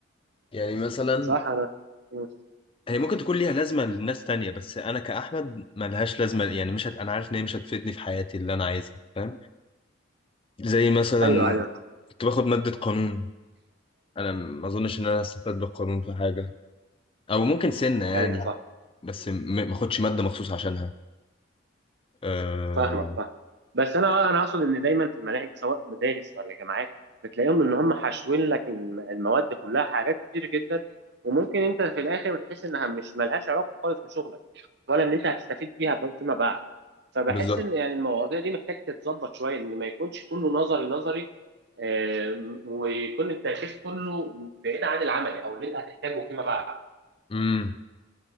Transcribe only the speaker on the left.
يعني مثلا
هي ممكن تكون ليها لازمه لناس تانية بس انا كاحمد ملهاش لازمه يعني مش هت... انا عارف ان هي مش هتفيدني في حياتي اللي انا عايزها فاهم زي مثلا
كنت باخد ماده قانون انا ما اظنش ان انا هستفاد بالقانون في حاجه او ممكن سنه يعني
بس م- ما اخدش ماده مخصوص عشانها أه...
بالظبط
امم